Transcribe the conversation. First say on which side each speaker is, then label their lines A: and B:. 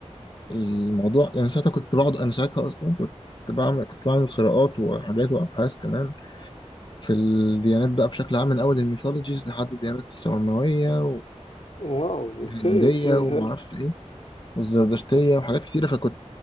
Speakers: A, on the left; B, on the left.
A: الموضوع يعني ساعتها كنت بقعد انا ساعتها اصلا كنت بعمل كنت بعمل قراءات وحاجات وابحاث كمان في الديانات بقى بشكل عام من اول الميثولوجيز لحد الديانات السماويه
B: واو
A: والهنديه
B: اوكي اوكي
A: ومعرفش
B: حلو
A: ايه والزردشتيه وحاجات كتيره فكنت